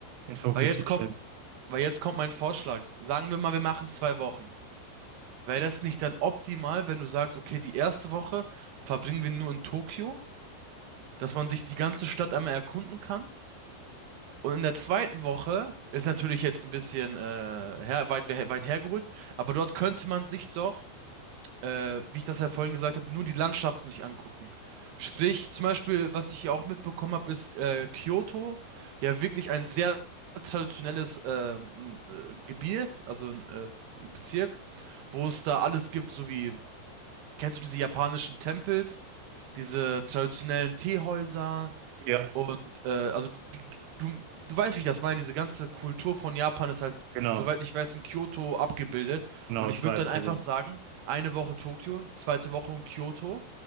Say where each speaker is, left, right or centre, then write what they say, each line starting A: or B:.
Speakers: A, on the right; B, on the right.
A: in Tokio
B: Weil jetzt
A: zu chillen.
B: kommt, weil jetzt kommt mein Vorschlag. Sagen wir mal, wir machen zwei Wochen. Wäre das nicht dann optimal, wenn du sagst, okay, die erste Woche verbringen wir nur in Tokio, dass man sich die ganze Stadt einmal erkunden kann? Und in der zweiten Woche ist natürlich jetzt ein bisschen äh, her, weit, weit hergeholt, aber dort könnte man sich doch, äh, wie ich das ja vorhin gesagt habe, nur die Landschaften sich angucken. Sprich, zum Beispiel, was ich hier auch mitbekommen habe, ist äh, Kyoto ja wirklich ein sehr traditionelles ähm, äh, Gebirg, also ein äh, Bezirk, wo es da alles gibt, so wie, kennst du diese japanischen Tempels, diese traditionellen Teehäuser,
A: Ja,
B: und äh, also die- du, du weißt, wie ich das meine. Diese ganze Kultur von Japan ist halt,
A: genau,
B: soweit ich weiß, in Kyoto abgebildet.
A: genau,
B: Und ich
A: ich
B: würde
A: weiß.
B: dann einfach
A: Also
B: sagen, eine Woche Tokio, zweite Woche in Kyoto.